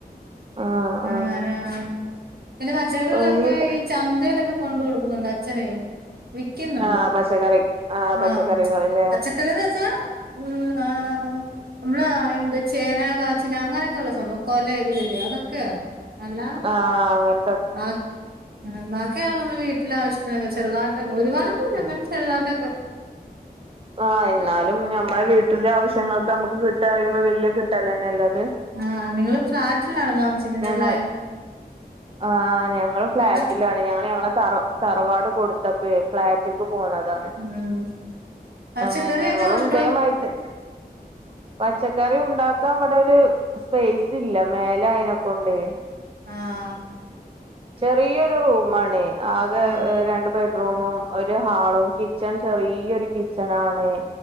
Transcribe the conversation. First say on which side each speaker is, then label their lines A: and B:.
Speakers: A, on the right; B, on the right.
A: ആഹ്
B: <unintelligible>
A: ആഹ് അങ്ങനെ
B: ചന്തയിലൊക്കെ കൊണ്ട് കൊടുക്കുന്നുണ്ട് അച്ഛനെയ് വിക്കുന്നുണ്ട്
A: ആഹ് പച്ചക്കറി പച്ചക്കറികളില്ലേ
B: ആഹ് പച്ച ക്കറികള് വെച്ചാ ഉം ആഹ് നമ്മളെന്ത ചേന കാച്ചില് അങ്ങനെ ക്കൊള്ളെ സംഭവം കൊലെ തില്ലേ അതൊക്കെയാണ് അല്ലാ
A: ആഹ് അങ്ങൻ
B: ആഹ് <unintelligible> ഒക്കെയ നമ്മള് വീട്ടിലെ ആവശ്യത്തിനൊക്കെ ചെറുതാട്ട് ഒരുപാടൊന്നുല്ല ന്നാലും ചെറുതാട്ടൊക്കെ
A: ആഹ് ഇന്നാലും ഞമ്മളെ വീട്ടിലെ ആവശ്യങ്ങൾക്ക്‌ നമ്മുക്ക് കിട്ട അറിയുമ്പോ വലിയ കിട്ടലന്നെ അല്ലെ അത്
B: ആഹ് നിങ്ങള് ഫ്ളാറ്റിലാണോ താമസിക്കുന്നതല്ലേ
A: ന ആഹ് ഞങ്ങള് ഫ്ളാറ്റിലാണ്
B: അവിടെ
A: ഞങ്ങള് ഞങ്ങളെ തറ തറവാട് കൊടുത്തപ്പയേ ഫ്ളാറ്റ്ക്ക് പോന്നതാണ്
B: ആഹ് പച്ചക്കറിയൊക്കെ
A: അങ്ങനെ ഞങ്ങളും
B: ഉണ്ടോ
A: ഇതേമായിട്ട് പച്ചക്കറി ഉണ്ടാക്കാൻ ഇവിടൊരു സ്പേസ് ഇല്ല മേലെ അയിനെ കൊണ്ടെയ്
B: ആഹ്
A: ചെറിയൊരു റൂമാണേ ആകെ
B: ആഹ്
A: ഏഹ് രണ്ട് ബെഡ് റൂമും ഒരു ഹാളും കിച്ചൺ ചെറിയൊരു കിച്ചൺ ആണേയ്